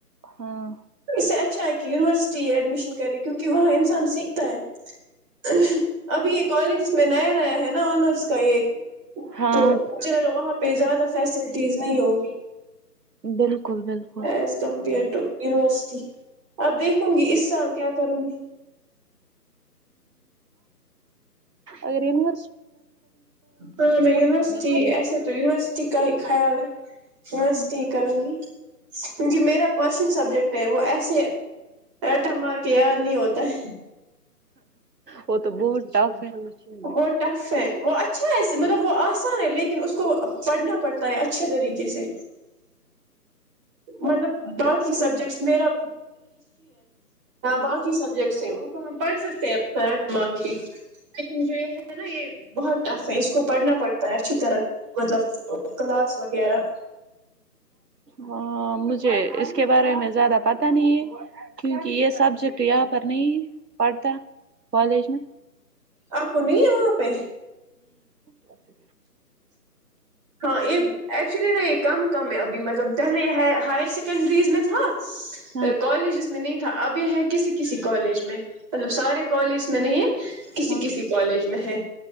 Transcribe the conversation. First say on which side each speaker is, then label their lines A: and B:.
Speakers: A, on the right; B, on the right.
A: ہاں
B: اس سے اچھا ہے کہ یونیورسٹی ایڈمیشن کرے کیونکہ وہاں انسان سیکھتا ہے ابھی یہ کالج اس میں نیا نیا ہے نا آنرس کا ایک
A: ہاں
B: تو مجھے لگا وہاں پہ زیادہ سا چیز نہیں ہوگی
A: بالکل بالکل
B: ایز کمپیئر ٹو یونیورسٹی اب دیکھوں گی اس سال کیا کروں گی
A: اگر م
B: ہاں میں یونیورسٹی
A: سے بہتر ہے
B: ایسے تو یوورسٹی کا خیال ہے بس
A: ہوں،
B: ٹھیک کروں گی ج میرا پرسند سبجیکٹ ہے وہ ایسے رٹا مار کے یاد نہیں ہوتا ہے
A: وہ تو بہت ٹف ہے ہوں،
B: وہ ٹف ہے وہ اچھا ہے مطلب وہ آسان ہے لیکن اس کو پڑھنا پڑتا ہے اچھے طریقے سے مطلب بس سبجیکٹس میرا باقی سبجیکٹس ہیں ان کو ہم پڑھ سکتے ہیں کرنٹ مارک کے ن جو یہ ہے نا یہ بہت ٹف ہے اس کو پڑھنا پڑتا ہے اچھی طرح مطلب کلاس وغیرہ
A: ہ مجھے اس کے بارے میں زیادہ پتا نہیں ہے کیونکہ یہ سبجیکٹ یہاں پر نہیں پڑھتا کالج میں
B: آ کو نہیں ہے وہاں پہ
A: اوکے
B: ہاں یہ ایکچولی نا یہ کم کم ہے ابھی مطلب پہلے یہ ہائر س کنٹرز م میں تھاک
A: ہاں
B: کالج میں نہیں تھا ابھی ہے کسی کسی کالج میں مطلب سارے کالج میں نہیں ہے کسی
A: ہاں
B: کسی کالج میں ہے